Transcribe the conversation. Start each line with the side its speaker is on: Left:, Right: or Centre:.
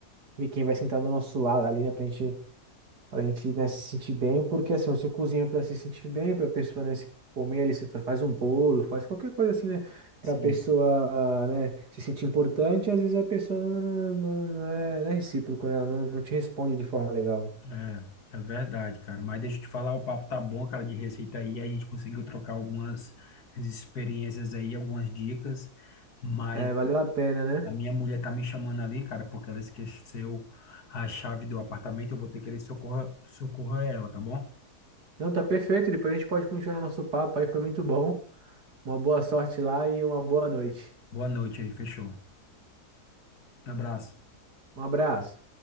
Right: ver quem vai sentar do nosso lado ali, né? Pra gente para a gente, né, se sentir bem, porque assim, você cozinha para se sentir bem, para a pessoa, né, se comer ali, você fa- faz um bolo, faz qualquer coisa assim, né, para
Left: Sim,
Right: a pessoa, né, se sentir importante, às vezes a pessoa não, não, não- não é, não é recíproco, né, ela não, não te responde de forma legal.
Left: é, é verdade, cara. Mas deixa eu te falar, o papo tá bom, cara, de receita aí. A gente conseguiu trocar algumas experiências aí, algumas dicas. Mas
Right: É, valeu a pena, né?
Left: a minha mulher tá me chamando ali, cara, porque ela esqueceu a chave do apartamento. Eu vou ter que ir socorrer, socorrer ela, tá bom?
Right: Não, tá perfeito, depois a gente pode continuar nosso papo aí, foi muito bom. Uma boa sorte lá e uma boa noite.
Left: Boa noite aí, fechou. Abraço.
Right: Um abraço.